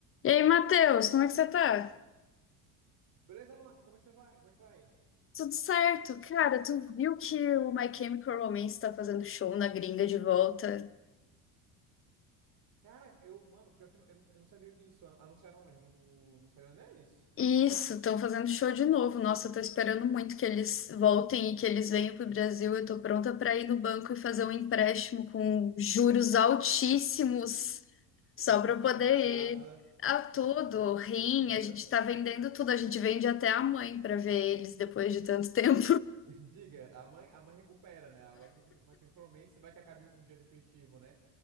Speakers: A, on the left; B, on the right.
A: E aí, Matheus, como é que você tá?
B: Beleza, Luana? Como é que você vai? Como é que vai?
A: Tudo certo? Cara, tu viu que o My Chemical Romance tá fazendo show na gringa de volta?
B: Cara, eu, mano, pior que eu não, eu não, eu não sabia disso. An- Anunciaram onde? No, no Instagram deles?
A: Isso, estão fazendo show de novo. Nossa, eu tô esperando muito que eles voltem e que eles venham pro Brasil. Eu tô pronta pra ir no banco e fazer um empréstimo com juros altíssimos só
B: Hipotecar
A: pra eu poder
B: a casa.
A: ir
B: <laughs>
A: a tudo, rim, a gente tá vendendo tudo, a gente vende até a mãe pra ver eles depois de tanto <laughs> tempo.
B: Diga, a mãe, a mãe recupera, né? Agora o Micro- Micromancer vai que acabe um dia definitivo, né?